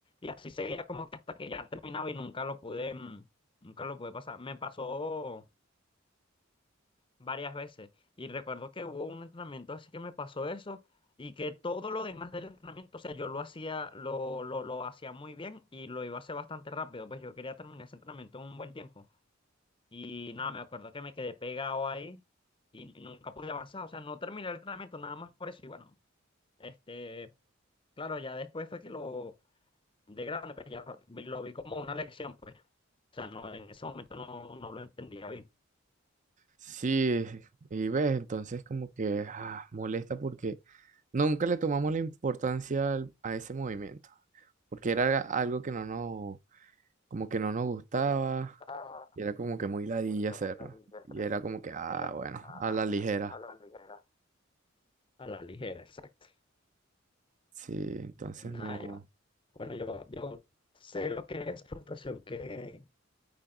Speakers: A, on the left; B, on the right.
A: y así seguía como que hasta que ya terminaba y nunca lo pude, mm, nunca lo pude pasar. Me pasó varias veces y recuerdo que hubo un entrenamiento así que me pasó eso y que todo lo demás del entrenamiento, o sea, yo lo hacía, lo, lo, lo hacía muy bien y lo iba a hacer bastante rápido, pues yo quería terminar ese entrenamiento en un buen tiempo. Y nada, me acuerdo que me quedé pegado ahí y nunca pude avanzar, o sea, no terminé el entrenamiento nada más por eso. Y bueno, este, claro, ya después fue que lo, de grande, pues ya lo vi como una lección, pues. O sea, no, en ese momento no, no lo entendía bien.
B: Sí, y ves, entonces como que ah, molesta porque nunca le tomamos la importancia al- a ese movimiento, porque era algo que no nos, como que no nos gustaba,
A: Ah,
B: y era como que muy ladilla
A: qué
B: hacerlo,
A: bonita y entre-
B: y era como que, ah,
A: y era como
B: bueno,
A: que, ah,
B: a la
A: bueno,
B: ligera.
A: hablando y era. A la ligera, exacto.
B: Sí, entonces
A: Nada,
B: no.
A: yo, bueno, yo, yo sé lo que es frustración que,